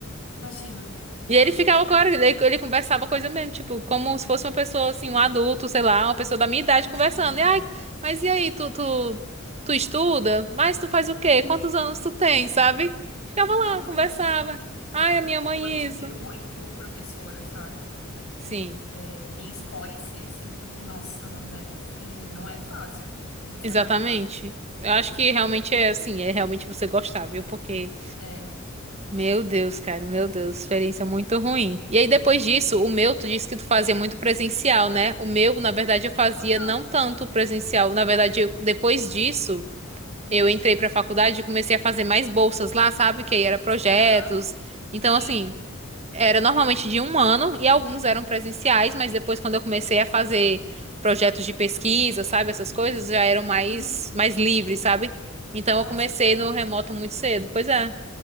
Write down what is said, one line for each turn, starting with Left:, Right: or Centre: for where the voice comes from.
Left: imagina.
Right: E ele
Left: Não,
Right: ficava
Left: gente,
Right: com
Left: eu.
Right: ele, ele conversava coisa mesmo, tipo, como se fosse uma pessoa assim, um adulto, sei lá, uma pessoa da minha idade
Left: Tadinho.
Right: conversando. E ai, mas e aí, tu, tu, tu estuda? Mas tu faz o quê?
Left: Uhum.
Right: Quantos anos tu tem, sabe? Ficava lá,
Left: <laughs>
Right: conversava.
Left: Coitadinho.
Right: Ai, a minha mãe
Left: Eu admiro
Right: isso.
Left: muito professora, sabe?
Right: Sim.
Left: É, quem escolhe ser assim, porque, nossa, não deve ser. Não é fácil. Não deve
Right: Exatamente.
Left: ser nada fácil.
Right: Eu acho que realmente é assim, é realmente você gostar, viu? Porque,
Left: É,
Right: meu Deus, cara, meu Deus, experiência muito ruim. E aí depois disso, o meu, tu disse que tu fazia muito presencial, né? O meu, na verdade, eu fazia
Left: total.
Right: não tanto presencial. Na verdade, eu- depois disso, eu entrei pra faculdade e comecei a fazer mais bolsas lá, sabe? Que aí era projetos.
Left: Aham,
Right: Então,
Left: Sim.
Right: assim. Era normalmente de um ano e alguns eram presenciais, mas depois quando eu comecei a fazer projetos de pesquisa, sabe, essas coisas já eram mais
Left: Uhum.
Right: mais livres, sabe? Então
Left: Ah,
Right: eu comecei
Left: isso é bom.
Right: no remoto muito cedo, pois é,